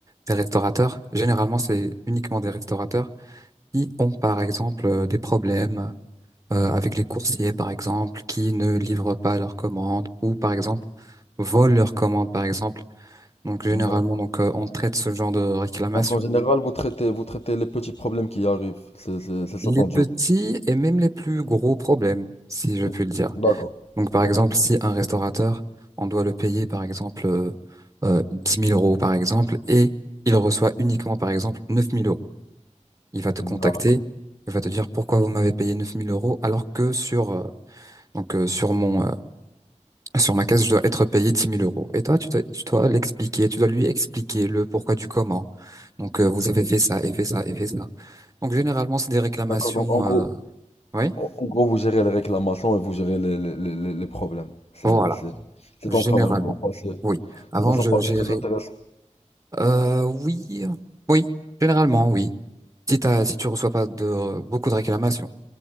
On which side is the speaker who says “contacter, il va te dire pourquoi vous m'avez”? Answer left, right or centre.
Right